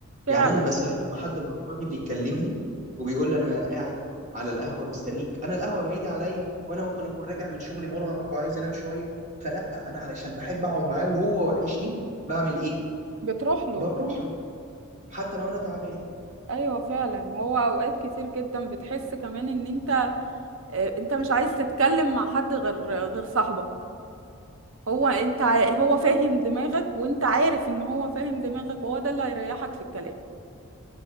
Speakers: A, on the right; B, on the right.
A: فعلا
B: يعني انا مثلا لما حد من اصحابي بيكلمني وبيقول لي انا قاعد على القهوه مستنيك انا القهوه بعيده عليا وانا ممكن اكون راجع من شغلي مرهق وعايز انام شويه فلا انا علشان بحب اقعد معاه وهو وحشني بعمل ايه
A: بتروح له
B: بروح له حتى لو انا تعبان
A: ايوه فعلا هو اوقات كتير جدا بتحس كمان ان انت آه، انت مش عايز تتكلم مع حد غير غير صاحبك هو انت ع- هو فاهم دماغك وانت عارف ان هو فاهم دماغك وهو ده اللي هيريحك في الكلام